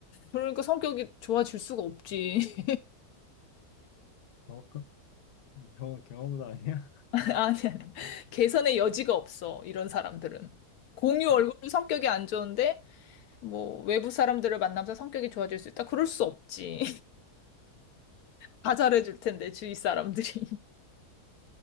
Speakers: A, on the left; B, on the left.
A: 그러니까 성격이 좋아질 수가 없지.
B: 어, 경험, 경험도 아니야?
A: <laughs> 아니, 아니. 개선의 여지가 없어. 이런 사람들은. 공유
B: <laughs> 아,
A: 얼굴로 성격이 안 좋은데, 뭐, 외부 사람들을 만나면서 성격이 좋아질 수 있다? 그럴 수 없지. 다 잘해줄 텐데, 주위 사람들이. <laughs>